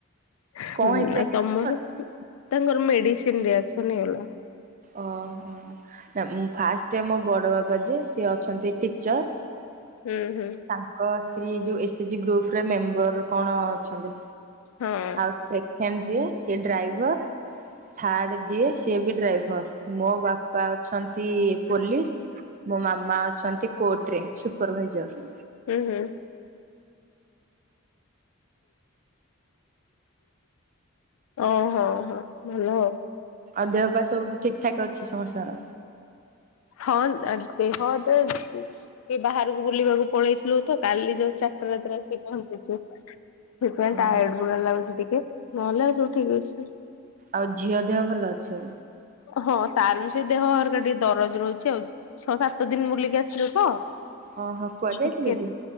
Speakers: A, on the left (about 85°); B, on the right (about 40°).
A: ହୁଁ
B: କଣ ହେଇଥିଲା
A: ଆଉ
B: କି
A: ତମର?
B: ଆପଣଙ୍କର?
A: ତାଙ୍କର ମେଡିସିନ ରିଆକ୍ସନ ହେଇଗଲା।
B: ଓହୋ! ନା ଫାଷ୍ଟ ମୋ ବଡ ବାବା ଯେ ସିଏ ଅଛନ୍ତି ଟିଚର
A: ହୁଁ, ହୁଁ,
B: ତାଙ୍କ ସ୍ତ୍ରୀ ଯୋଉ ଏସେଜି ଗ୍ରୁପରେ ମେମ୍ବର କଣ ଅଛନ୍ତି?
A: ହଁ
B: ଆଉ ସେକେଣ୍ଡ ଯିଏ ସିଏ ଡ୍ରାଇଭର, ଆଉ ଥାର୍ଡ ଯିଏ ସେ ବି ଡ୍ରାଇଭର ମୋ ବାପା ଅଛନ୍ତି ପୋଲିସ ମୋ ମାମା ଅଛନ୍ତି କୋର୍ଟ ରେ ସୁପରଭାଇଜର।
A: ଉହୁଁ। ଓହୋ ହୋ ଭଲ।
B: ଆଉ ଦେହ ପା ସବୁ ଠିକ ଠାକ ଅଛି ସମସ୍ତଙ୍କର?
A: ହଁ, ଆ ଦେହ ଏବେ ସେ ବାହାରକୁ ବୁଲିବାକୁ ପଳେଇଥିଲୁ ତ କାଲି ଯୋଉ ଚାରିଟା ରାତିରେ ଆସି ପହଞ୍ଚିଛୁ। ସେଥିପାଇଁ
B: ଓହୋ।
A: ଟାୟାର୍ଡ ଗୁଡା ଲାଗୁଛି ଟିକେ ନହେଲେ ଆଉ ସବୁ ଠିକ୍ ଅଛି।
B: ଆଉ ଝିଅ ଦେହ ଭଲ ଅଛି?
A: ହଁ ତାର ବି ସେ ଦେହ ହରକା ଟିକେ ଦରଜ ରହୁଛି ଆଉ। ଛଅ ସାତ ଦିନି ବୁଲି କି ଆସିଲୁ ତ
B: ଆଉ ଓହୋ କୁଆଡେ
A: ଟିକେ
B: ଯାଇଥିଲେ କି?